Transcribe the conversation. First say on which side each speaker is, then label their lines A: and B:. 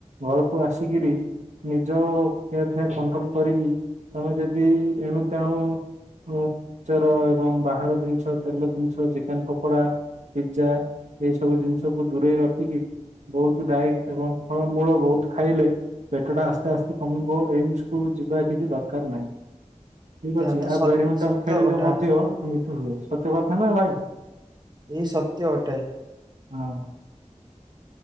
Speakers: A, on the right; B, on the right.
A: ଘରକୁ ଆସିକିରି ନିଜ ଖିଆପିଆ କଣ୍ଟ୍ରୋଲ କରିକି ତମେ ଯଦି ଏଣୁ ତେଣୁ ମିଚର ଏବଂ ବାହାର ଜିନିଷ, ତେଲ ଜିନିଷ ଚିକେନ ପକଡା ପିଜା ଏଇ ସବୁ ଜିନିଷକୁୁ ଦୂରେଇ ରଖିକି ବହୁତ ଡାଇଟ୍ ଏବଂ ଫଳ ମୂଳ ବହୁତ ଖାଇଲେ ପେଟଟା ଆସ୍ତେଆସ୍ତେ କମିବ, ଏମ୍‌ସକୁୁ ଯିବା କିଛି ଦରକାର ନାହିଁ। ଠିକ୍ ଅଛି
B: ଏହା ତ
A: ଆଉ
B: ସ
A: ବ୍ୟାଡ୍‌ମିଣ୍ଟନ
B: ସତ୍ୟ
A: ଖେଳିଲେ
B: କଥା
A: ମଧ୍ୟ ଏମିତି ହୁଏ। ସତ୍ୟ କଥା ନା ଭାଇ।
B: ଏଇ ସତ୍ୟ ଅଟେ।
A: ହଁ।